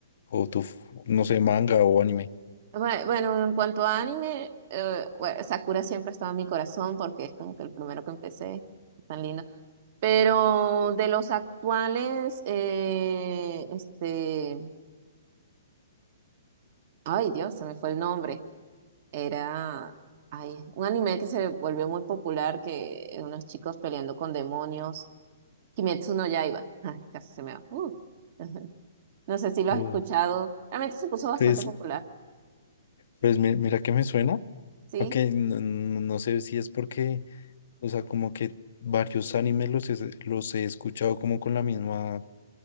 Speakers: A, on the left; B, on the right.
A: O tu, f- no sé, manga o anime.
B: Bue- Bueno, en cuanto a anime, eh, bueno, Sakura siempre ha estado en mi corazón porque es como que el primero que empecé. Es tan lindo. Pero de los actuales, eh, este, ay Dios, se me fue el nombre. Era, ay, un anime que se volvió muy popular, que unos chicos peleando con demonios. Kimetsu no Yaiba. Ay, casi se me va. Uh. <laughs> No sé si lo
A: Uh,
B: has escuchado. Realmente se puso bastante
A: pues,
B: popular,
A: pues mi- mira que me suena.
B: ¿sí?
A: Ok, no, no- no sé si es porque, o sea, como que varios animes los, he- los he escuchado como con la misma